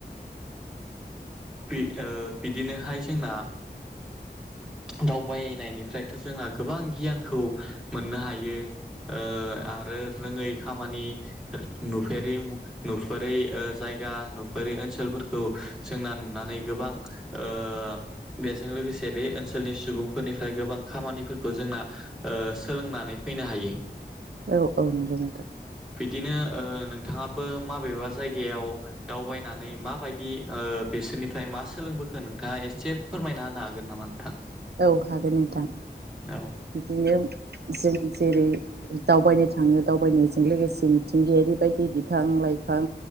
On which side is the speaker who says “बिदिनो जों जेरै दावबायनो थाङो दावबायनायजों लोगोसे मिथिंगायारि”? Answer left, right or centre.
Right